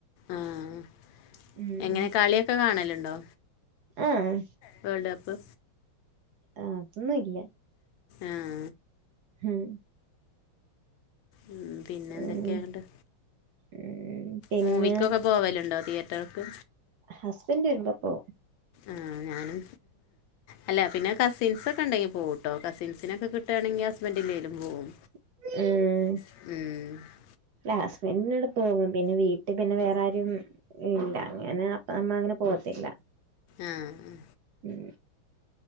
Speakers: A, on the left (about 75°); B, on the right (about 65°).
A: ആഹ്
B: ഉം
A: എങ്ങനെ കളിയൊക്കെ കാണല്ണ്ടോ
B: ആഹ്
A: വേൾഡ് കപ്പ്
B: ആഹ അതൊന്നും ഇല്ല
A: ആഹ്
B: ഉം
A: ഉം പിന്നൊന്തൊക്ക്യേയാ
B: ഉം
A: ന്നട്ട്
B: ഉം പിന്നെ
A: മൂവിക്കൊക്കെ പോവല്ണ്ടോ തിയേറ്റർക്ക്
B: ഹസ്ബന്റ് വരുമ്പോ പ്പോ
A: ആ ഞാനും അല്ല പിന്നെ കസിൻസൊക്കെ ണ്ടെങ്കി പോവുട്ടോ കസിൻസിനൊക്കെ കിട്ടാണെങ്കി ഹസ്ബന്റില്ലേലും പോവും
B: ഉം ഉം
A: ഉം
B: ല്ല ഹസ്ബൻഡിന്നോടെ പോകും പിന്നെ വീട്ടി പിന്നെ വേറൊരും ഇല്ല അങ്ങനെ അപ്പ അമ്മ അങ്ങനെ പോകത്തില്ല
A: ആഹ്
B: ഉം